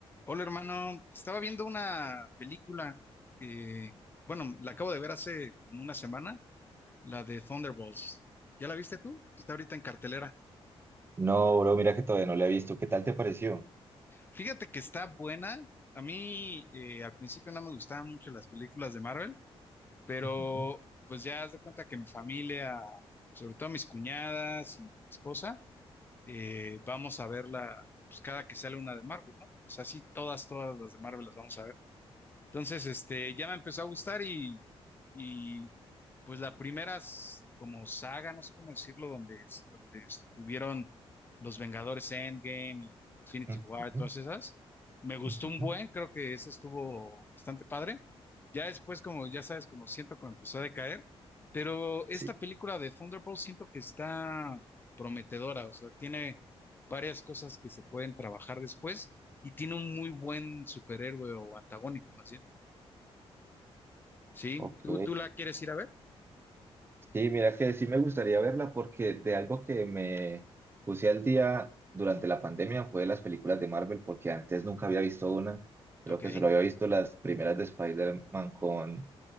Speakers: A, on the left (about 20°); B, on the right (about 20°).
A: Hola hermano, estaba viendo una película que, bueno, la acabo de ver hace como una semana, la de Thunderbolts. ¿Ya la viste tú? Está ahorita en cartelera.
B: No, bro, mira que todavía no la he visto. ¿Qué tal te pareció?
A: Fíjate que está buena. A mí eh, al principio no me gustaban mucho las películas de Marvel, pero
B: Ujú,
A: pues ya haz de cuenta que mi familia, sobre todo mis cuñadas y mi esposa, eh, vamos a verla pues, cada que sale una de Marvel, ¿no? O sea, sí, todas, todas las de Marvel las vamos a ver. Entonces, este, ya me empezó a gustar y, y pues la primera s- como saga, no sé cómo decirlo, donde, es- donde estuvieron los Vengadores Endgame y Infinity
B: ujú,
A: War, todas esas, me gustó
B: ujú.
A: un buen, creo que ese estuvo bastante padre. Ya después, como ya sabes, como siento como empezó a decaer, pero esta
B: Sí,
A: película de Thunderbolt siento que está prometedora, o sea, tiene varias cosas que se pueden trabajar después y tiene un muy buen superhéroe o antagónico más bien. Sí,
B: Ok,
A: ¿tú, tú la quieres ir a ver?
B: sí, mira que sí me gustaría verla porque de algo que me puse al día durante la pandemia fue de las películas de Marvel, porque antes nunca había visto una. Creo
A: Ok,
B: que solo había visto las primeras de Spider-Man con,